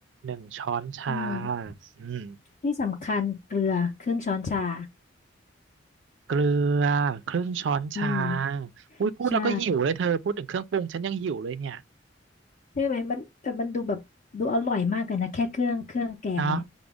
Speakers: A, on the right; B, on the left.
A: หนึ่งช้อนชา
B: อืม
A: อืม
B: ที่สำคัญเกลือครึ่งช้อนชา
A: เกลือครึ่งช้อนชา
B: อืม
A: อุ้ยพูดแล้วก็หิวเลยเธอพูดถึงเครื่องปรุงฉันยังหิวเลยเนี่ย
B: ใช่ใช่ไหมมันแต่มันดูแบบดูอร่อยมากเลยนะแค่เครื่องเครื่องแกงมันเนี่ย
A: เนาะ